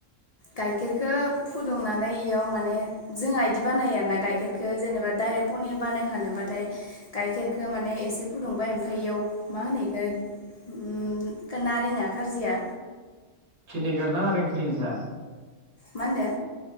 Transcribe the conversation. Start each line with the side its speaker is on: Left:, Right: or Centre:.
Left: गाइखेरखो फुदुंनानै इयाव माने जोङा इदि बानायो आर ना गाइखेरखो जेनेबा डाइरेक्ट पनिर बानायखानोबाथाय गाइखेरखो माने एसे फुदुंबाय ओमफाय इयाव मा होनो इखो <unintelligible> नारेंआ कारजिया
Right: भिनेगारना नारें? <unintelligible>
Left: मा ओनदो?